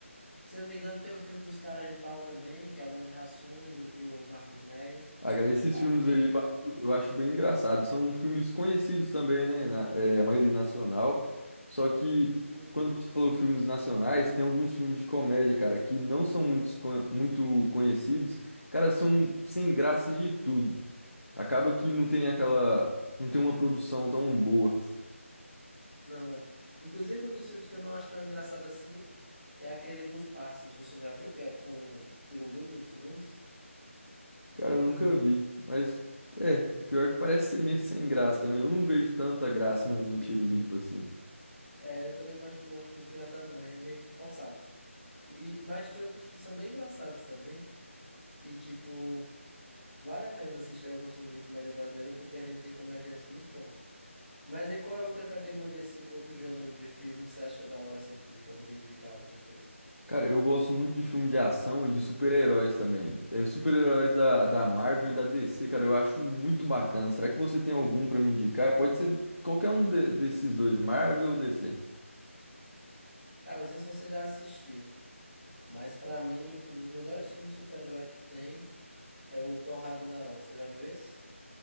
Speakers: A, in the centre; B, on the left (about 90°).
A: Se eu não me engano, tem o filme dos Caras de Pau também, que é o Leandro Hassum e o, e o Marcos Meyer.
B: Ah, cara, esses
A: Aí
B: filmes
A: tem.
B: aí eu acho, eu acho bem engraçado. São filmes conhecidos também, né? Na- é, a maioria nacional. Só que
A: Uhum.
B: quando você falou filmes nacionais, tem alguns filmes de comédia, cara, que não são muito, muito conhecidos. Cara, são sem graça de tudo. Acaba que não tem aquela, não tem uma produção tão boa.
A: Não é. Inclusive, um dos filmes que eu não acho tão engraçado assim é aquele dos Parças. Você já viu? Que é com Tirulipo e Edson Nunes?
B: Cara, eu nunca vi. Mas, é, pior é que parece ser meio sem graça também. Eu não vejo tanta graça no, no Tiro Lipa, assim.
A: É, eu também não acho, não acho muito engraçado, não. É meio forçado. E, mas tem outros que são bem engraçados também. E, tipo, vale a pena assistir alguns filmes de comédia brasileira porque a gente tem comediantes muito bons. Mas aí qual é outra categoria, assim, outro gênero de filme que você acha da hora, assim, que poderia indicar algumas coisas?
B: Cara, eu gosto muito de filme de ação e de super-heróis também. É, super-heróis da, da Marvel e da DC, cara, eu acho muito bacana. Será que você tem algum pra me indicar? Pode ser qualquer um de- desses dois, Marvel ou DC.
A: Cara, não sei se você já assistiu, mas pra mim, um dos melhores filmes de super-herói que tem é o Thor Ragnarok. Você já viu esse?